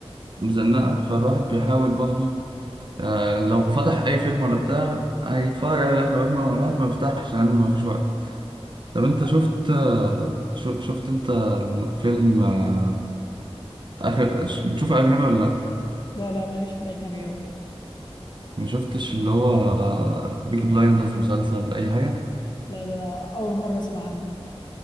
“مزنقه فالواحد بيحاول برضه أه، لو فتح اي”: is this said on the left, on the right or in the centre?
Right